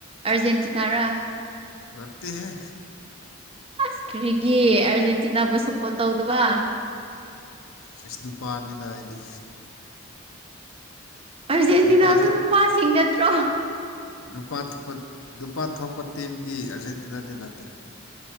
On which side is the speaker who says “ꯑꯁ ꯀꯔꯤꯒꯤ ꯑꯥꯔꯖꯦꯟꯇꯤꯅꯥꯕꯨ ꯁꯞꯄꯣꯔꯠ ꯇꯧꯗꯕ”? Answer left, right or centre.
Right